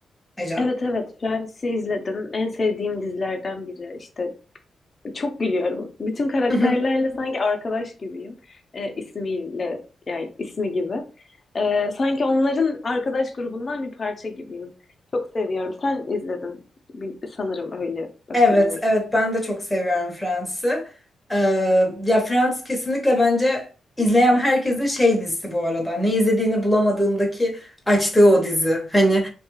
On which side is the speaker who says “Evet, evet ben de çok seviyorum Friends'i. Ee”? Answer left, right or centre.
Centre